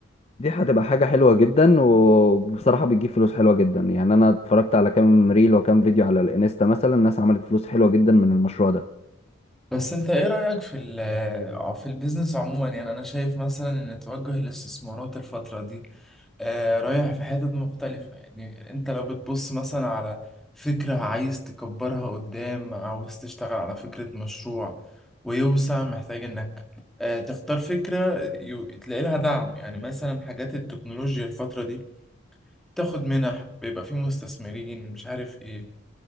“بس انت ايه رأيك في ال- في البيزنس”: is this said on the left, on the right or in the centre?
Centre